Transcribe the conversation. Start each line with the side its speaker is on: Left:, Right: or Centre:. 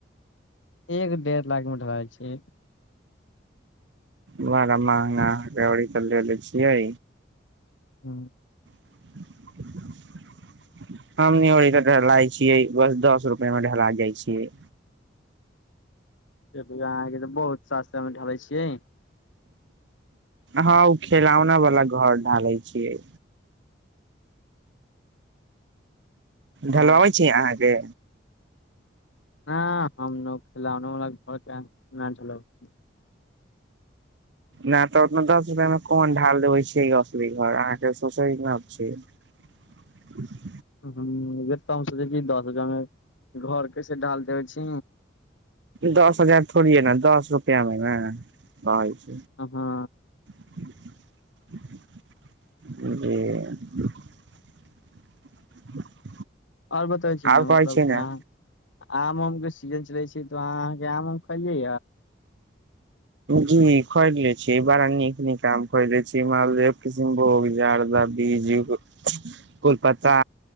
Left: एक डेढ़ लाखमे ढलाल छै
Right: बड़ा महगा गड़ी तऽ लेलेे छियै
Left: हँ
Right: <unintelligible> हमनी हो तऽ ढलाइ छियै बस दस रुपआ मे ढला जाइ छियै
Left: अहाँके तऽ बहुत सस्ता ढलै छियै
Right: हँ ओ खेलौना वाला घर ढालै छियै ढलबाबै
Left: ओ
Right: छी अहाँके
Left: ह हम न खेलौनो बाला घर के न ढलबौ चिय
Right: नहि तऽ ओत दस रुपमे कोन ढाल देबइ छै असली घर अहाँक सोचै न छै <unintelligible>
Left: ह बे तऽ हम सोचै छी दस हजार मे घर कैसे ढाल देबै छी
Right: दस हजार थोड़ी ह ने दस रुप क ने भ <unintelligible>
Left: आ हँ
Right: जी <unintelligible>
Left: आओर बतबै छी
Right: आब
Left: ने मतलब
Right: कहै
Left: अहाँ
Right: ने
Left: आम आम के सीजन चलैत छी तऽ अहाँ अहाँके आम कजा
Right: जी खरिद ले छी बड़ा नीक नीकाम खरिदै छी मालदह किसिमभोग बीजु कोल्पता